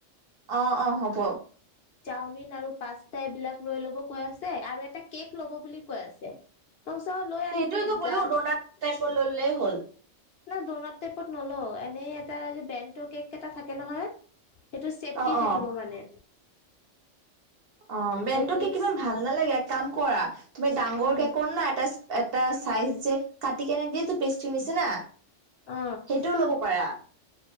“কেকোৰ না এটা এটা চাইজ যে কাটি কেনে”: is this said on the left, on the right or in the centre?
Right